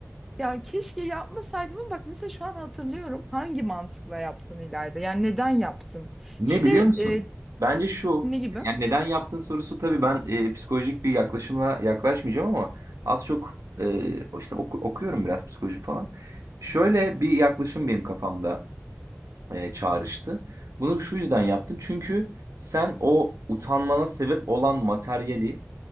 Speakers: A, in the centre; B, on the right (about 75°).
A: Ya keşke yapmasaydım ama bak mesela şu an hatırlıyorum hangi mantıkla yaptın İlayda? Yani neden yaptın?
B: Ne
A: İşte
B: biliyor musun?
A: e,
B: Bence şu,
A: ne gibi?
B: yani neden yaptığın sorusu tabii ben e, psikolojik bir yaklaşımla yaklaşmayacağım ama az çok e, işte oku- okuyorum biraz psikoloji falan. Şöyle bir yaklaşım benim kafamda e, çağrıştı. Bunu şu yüzden yaptım çünkü sen o utanmana sebep olan materyali